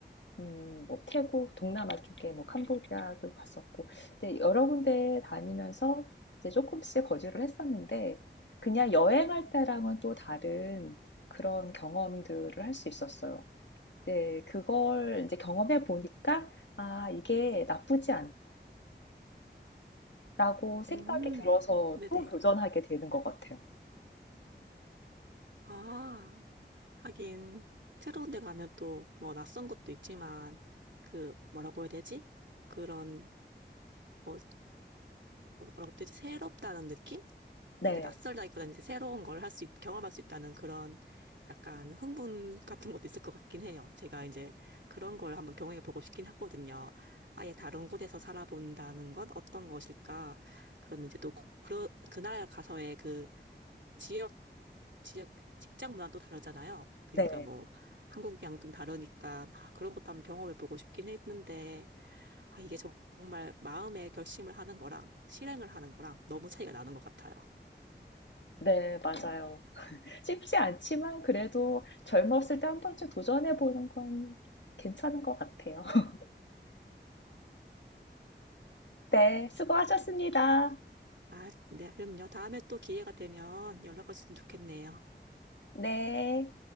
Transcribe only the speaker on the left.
음, 뭐 태국, 동남아 쪽에 뭐 캄보디아도 갔었고, 근데 여러 군데 다니면서 이제 조금씩 거주를 했었는데, 그냥 여행할 때랑은 또 다른 그런 경험들을 할 수 있었어요. 네. 그걸 이제 경험해 보니까 '아 이게 나쁘지 않다.'라고 생각이
들어서
또 도전하게 되는 것 같아요.
네.
네.
네. 맞아요. 쉽지 않지만 그래도 젊었을 때 한 번쯤 도전해 보는 건 괜찮은 것 같아요. <laughs> 네. 수고하셨습니다.
네.